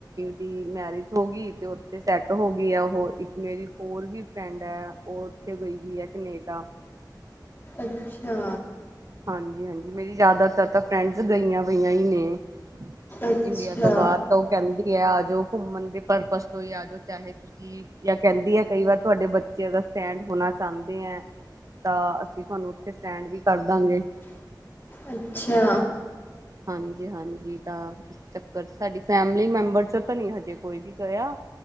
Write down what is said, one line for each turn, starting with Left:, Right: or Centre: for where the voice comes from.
Right: ਦੀ ਮੈਰਿਜ ਹੋ ਗਈ ਤੇ ਉੱਥੇ ਸੈਟ ਹੋ ਗਈ ਐ ਉਹ ਇੱਕ ਮੇਰੀ ਹੋਰ ਵੀ ਫਰੈਂਡ ਐ ਉਹ। ਉੱਥੇ ਗਈ ਵੀ ਹੈ ਕਨੇਡਾ।
Left: ਅੱਛਾ।
Right: ਹਾਂਜੀ-ਹਾਂਜੀ, ਮੇਰੀ ਜ਼ਿਆਦਾਤਰ ਤਾਂ ਫਰੈਂਡਸ ਗਈਆਂ ਵਈਆਂ ਨੇ।
Left: ਅੱਛਾ।
Right: ਇੰਡੀਆ ਤੋਂ ਬਾਹਰ ਤਾਂ ਉਹ ਕਹਿੰਦੀ ਹੈ ਆ ਜੋ ਘੁੰਮਣ ਦੇ ਪਰਪਸ ਯਾਦ ਹੋ ਚਾਹੇ ਤੁਸੀਂ ਜਾਂ ਕਹਿੰਦੀ ਆ ਕਈ ਵਾਰ ਤੁਹਾਡੇ ਬੱਚਿਆਂ ਦਾ ਸਟੈਂਡ ਹੋਣਾ ਚਾਹੁਦੇ ਐ। ਤਾਂ ਅਸੀਂ ਤੁਹਾਨੂੰ ਉੱਥੇ ਸਟੈਂਡ ਵੀ ਕਰਦਾਂਗੇ।
Left: ਅੱਛਾ।
Right: ਹਾਂਜੀ, ਹਾਂਜੀ, ਤਾਂ ਇਸ ਚੱਕਰ ਚ ਸਾਡੀ ਫੈਮਲੀ ਮੈਂਬਰ ਚ ਤਾਂ ਨ ਹਜੇ ਕੋਈ ਵੀ ਗਿਆ।